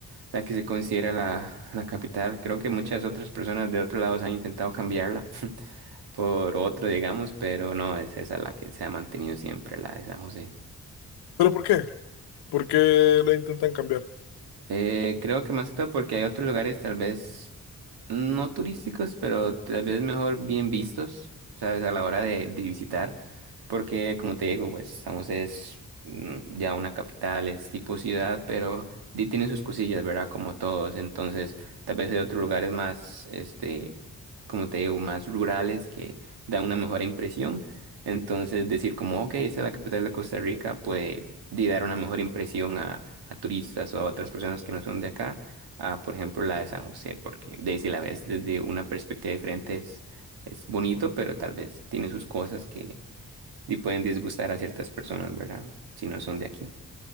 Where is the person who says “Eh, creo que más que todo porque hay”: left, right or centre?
Right